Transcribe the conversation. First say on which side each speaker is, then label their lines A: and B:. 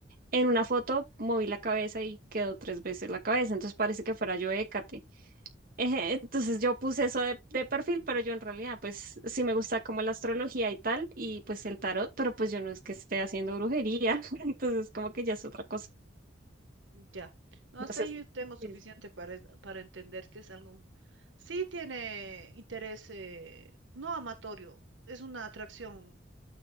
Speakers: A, on the right; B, on the right.
A: en una foto moví la cabeza y quedó tres veces la cabeza, entonces parece que fuera yo Hécate. Eje, Entonces yo puse eso de, de perfil, pero yo en realidad pues sí me gusta como la astrología y tal, y pues el tarot, pero pues yo no es que esté haciendo brujería, <laughs> entonces como que ya es otra cosa.
B: Ya. No,
A: No
B: hasta
A: sé
B: ahí
A: si
B: yo tengo suficiente
A: es
B: para, es- para entender que es algo, sí tiene interés, eh, no amatorio, es una atracción